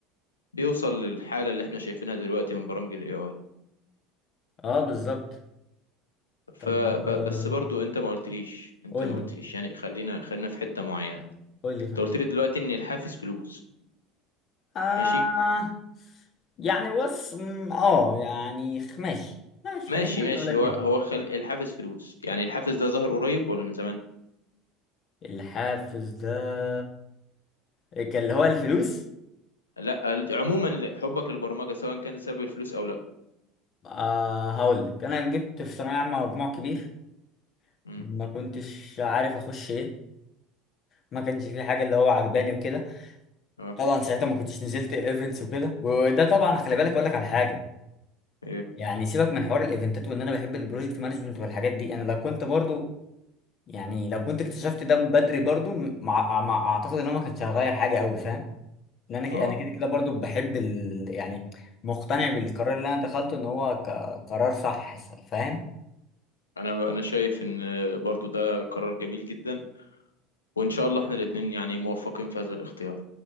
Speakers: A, on the left; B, on the left.
A: بيوصل للحاله اللي احنا شايفينها دلوقتي من برامج الاي اي
B: اه بالظبط
A: فبس
B: طب آه،
A: برضو انت ما قلتليش انت
B: قول
A: ما
B: لي
A: قلتليش يعني خلينا خلينا في حته معينه
B: قول لي طيب
A: انت قلت لي دلوقتي ان الحافز فلوس
B: آه
A: ماشي
B: يعني بص م، اه يعني خ- ماشي ماشي
A: ماشي
B: خلينا
A: ماشي
B: نقولها كده
A: هو هو خل... الحافز فلوس يعني الحافز ده ظهر قريب ولا من زمان
B: الحافز ده كان اللي هو الفلوس
A: لا ال- عموما ال- حبك للبرمجه سواء كان سبب الفلوس او لا
B: آه هقول لك انا جبت في ثانويه عامه مجموع كبير
A: امم
B: ما كنتش عارف اخش ايه ما كانش في حاجه اللي هو عجباني وكده
A: اه
B: طبعا ساعتها ما كنتش نزلت ايفنتس وكده وده طبعا
A: مم.
B: خلي بالك اقول لك على حاجه
A: ايه
B: يعني سيبك من حوار الايفنتات وان انا بحب البروجكت مانجمنت والحاجات دي انا لو كنت برضو يعني لو كنت اكتشفت ده بدري برضو مع... مع... اعتقد ان انا ما كانش هغير حاجه قوي فاهم ان انا ك-
A: اه
B: انا كده كده برضو بحب ال... يعني مقتنع بالقرار اللي انا دخلته ان هو ك... قرار صح ف- فاهم
A: انا انا شايف ان آه، برضو ده قرار جميل جدا وان شاء الله احنا الاثنين يعني موفقين في هذا الاختيار